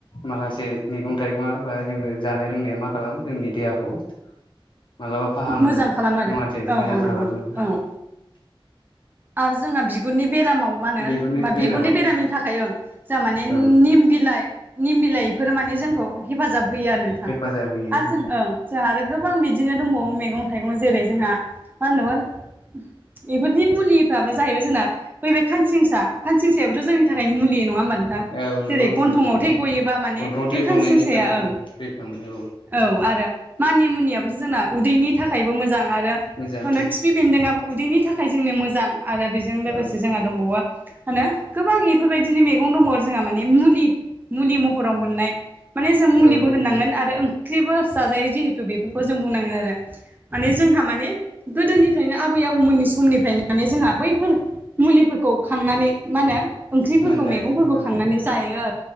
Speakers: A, on the left; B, on the right.
A: माखासे मैगं थाइगङा बा जोंनो जानाय लोंनाया मा खालामो जोंनि देहाखौ खौ मालाबा फाहामो
B: मोजां खालामो आरो
A: नङासै
B: औ
A: मोजां
B: औ
A: खालामो।
B: नंगौ नोंथां औ आरो जोंहा बिगुरनि बेरामाव मा होनो
A: बिगुरनि बेरामाव
B: बिगुरनि बेरामनि थाखाय जोंहा माने निम
A: औ
B: बिलाइ निम बिलाइफोर माने जोंखौ हेफाजाब होयो आरो नोंथां
A: हेफाजाब होयो
B: आरो
A: उम
B: जों ओं जोंहा आरो गोबां बिदिनो दंबावो मैगं थाइगं जेरै जोंहा मा होनोमोन। बेफोरदि मुलि फ्राबो जाहैबाय जोंना बै बे खानसिंसा खानसिंसायाबोथ' जोंनि थाखाय मुलि नङा होमबा
A: औ नंगौ
B: जेरै
A: उम
B: गन्थंआव
A: नंगौ
B: थै गयोबा माने
A: गन्थं थै
B: बे खानसिन
A: गनायनिफ्राय
B: साया
A: जोङो
B: ओं
A: रैखा मोनो
B: औ आरो मानि मुनियाबोथ' जोंना उदैनि थाखायबो मोजां आरो आरो
A: मोजां
B: होनो खिफि बेन्दोंआबो उदैनि थाखाय जोंनो मोजां आरो बेजों लोगोसे
A: औ
B: जोंहा दंबावो माहोनो गोबां बेफोरबायदिनो मैगं दंबावो आरो जोंहा माने मुलि मुलि महराव मोननाय माने जों मुलिबो
A: औ जों
B: होननांगोन आरो ओंख्रिबो जाजायो जिहेतु बेफोरखौ खौ जों बुंनांगोन आरो माने जोंहा माने गोदोनिफ्रायनो आबै आबौमोननि समनिफ्राय माने जोंहा बैफोर मुलिफोरखौ खांनानै मा होनो ओंख्रिफोरखौ
A: मोननाय
B: मैगंफोरखौ
A: उम
B: खांनानै जायो